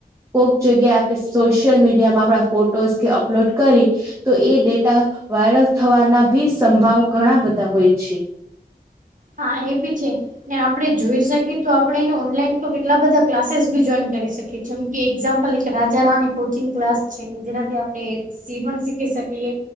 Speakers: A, on the right; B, on the right.
A: કોક જગ્યાએ આપે સોશિયલ મીડિયામાં આપણા ફોટોઝ કે, અપલોડ કરી. તો એ ડેટા વાયરલ થવાના ભી સંભાવ ઘણા બધા હોય છે.
B: હા, એ બી છે. ને આપણે જોઈ શકીએ તો, આપણેે એનો ઓનલાઈન તો કેટલા બધા ક્લાસીસ બી જોઈન કરી શકીએ. જેમ કે એક્ઝામ્પલ કે, રાજારાની કોચિંગ ક્લાસ છે, જેનાથી આપડે શિવણ શીખી શકીએ,